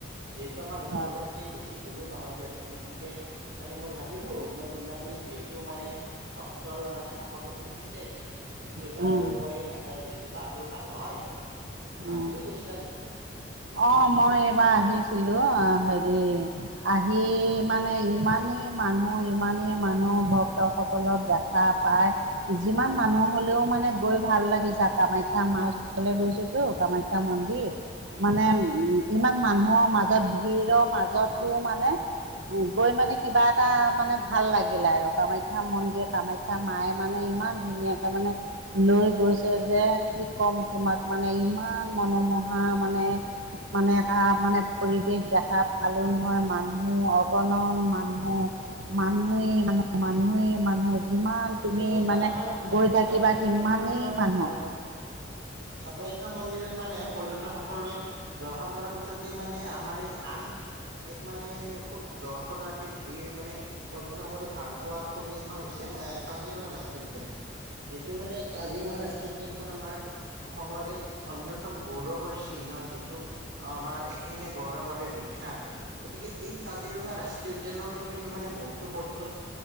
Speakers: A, on the right; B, on the right.
A: যিহেতু আমাৰ ওচৰতে,
B: হয়
A: বেছি দূৰো নহয় দিয়াচোন। গতিকে মানে মই ভাবিলো মানে ইমানেই যিহেতু মানে ভক্তৰ মানে সমাগম ঘটিছে। গতিকে এইবাৰলৈ
B: অঁ
A: মই নাযাওঁ, যিহেতু গাটোও ভাল নহয়, আহ
B: অঁ
A: তুমি গৈছিলা নেকি?
B: অ', মই এইবাৰ আহিছিলো অ' হেৰি আহি মানে ইমানেই মানুহ ইমানেই মানুহ ভক্তসকলক দেখা পায়, যিমান হ'লেওঁ মানে গৈ ভাল লাগি যায়, কামাখ্যা মাৰ ওছৰলৈ গৈছোতো কামাখ্যা মন্দিৰ। মানে ইমান মানুহৰ মাজত ভিৰৰ মাজতো মানে উ, গৈ মানে কিবা এটা মানে ভাল লাগিলে আৰু, কামাখ্যা মন্দিৰ কামাখ্যা মায়ে মানে ইমান ধুনীয়াকৈ মানে লৈ গৈছে যে, কি ক'ম তোমাক মানে ইমান মনোমোহা মানে। মানে এটা মানে পৰিৱেশ দেখা পালো নহয়, মানুহ অগণন মানুহ। মানুহেই মানে মানুহেই মানুহ। যিমান
A: ঠিকেই
B: তুমি
A: কৈছা
B: মানে
A: আমাৰ
B: গৈ
A: এই
B: থাকিবা
A: কামাখ্যা
B: সিমানেই
A: মন্দিৰৰ
B: মানুহ।
A: হয় কামাখ্যা মন্দিৰত মানে পৰ্যটকসকলে দৰ্শন কৰাৰ পিছতে মানে আমাৰ এক আন এক মানে খুব দৰ্শনাৰ্থীৰ ভিৰ মানে পৰ্যটকসকলে ভাল পোৱা থলী এখন হৈছে কাজিৰঙা ৰাষ্ট্ৰীয় উদ্যান। যিহেতু মানে কাজিৰঙা ৰাষ্ট্ৰীয় উদ্যানখন আমাৰ অসমৰ এক অন্যতম গৌৰৱৰ চিহ্ন, যিটো আমাৰ এশিঙীয়া গড়ৰ বাবে বিখ্যাত। গতিকে এই কাজিৰঙা ৰাষ্ট্ৰীয় উদ্যানতো কিন্তু মানে বহুতো পৰ্যটক